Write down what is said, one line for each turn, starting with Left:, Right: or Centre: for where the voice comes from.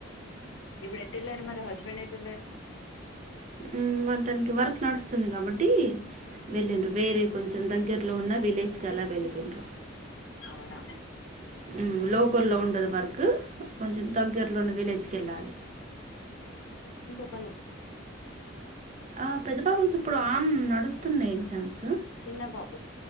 Left: ఇప్పుడే టలర్ మరి హస్బెండ్ ఏటు వెళ్లారు
Right: మ్మ్, మరి తనకి వర్క్ నడుస్తుంది గాబట్టి వెళ్ళిండ్రు వేరే కొంచం దగ్గర్లో ఉన్న విలేజ్ అలా వెళ్ళి పెయిండ్రు
Left: అవునా
Right: ఉమ్ లోకోల్లో ఉండదు వరకు కొంచం దగ్గర్లోన్న విలేజ్కి ఎళ్ళాలి
Left: ఎప్పడ్ నుంచి
Right: ఆ పెద్ద బాబుకి ఇప్పుడు ఆన్ నడుస్తున్నాయి ఎగ్జామ్స్
Left: చిన్న బాబు